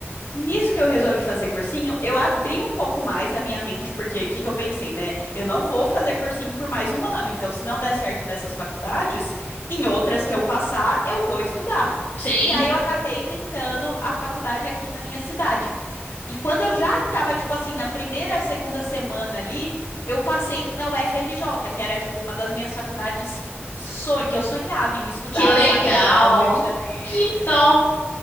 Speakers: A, on the left (about 85°); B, on the left (about 65°).
A: Nisso que eu resolvi fazer cursinho, eu abri um pouco mais a minha mente, porque o que que eu pensei, né? Eu não vou fazer cursinho por mais um ano, então se não der certo nessas faculdades, em outras que eu passar, eu vou estudar.
B: sim.
A: E aí eu acabei tentando a faculdade aqui na minha cidade. E quando eu já estava, tipo assim, na primeira, segunda semana ali, eu passei na UFRJ, que era, tipo, uma das minhas faculdades sonho, que eu sonhava em estudar,
B: Que legal.
A: sabe? Morar no Rio de Janeiro.
B: Que top.